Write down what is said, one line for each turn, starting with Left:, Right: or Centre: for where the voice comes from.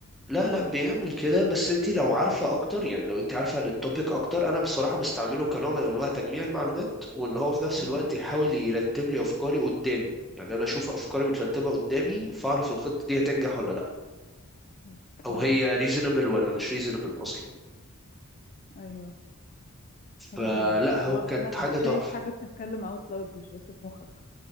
Centre: لا لا بيعمل كده بس انت لو عارفه اكتر يعني لو انت عارفه عن التوبيك اكتر انا بصراحه بستعمله كنوع من انواع تجميع المعلومات وان هو في نفس
Left: مم.
Centre: الوقت يحاول يرتب لي افكاري قدامي يعني انا اشوف افكاري مترتبه قدامي فاعرف الخطه دي هتنجح ولا لا
Left: اوكي
Centre: او هي ريزونبل ولا مش ريزونبل اصلا
Left: ايوه حاجة
Centre: فلا
Left: حلوة اللي
Centre: هو
Left: هو
Centre: كانت
Left: كأنك
Centre: حاجه
Left: شايف
Centre: تحفه
Left: حاجة بتتكلم اوت لاود مش بس في مخك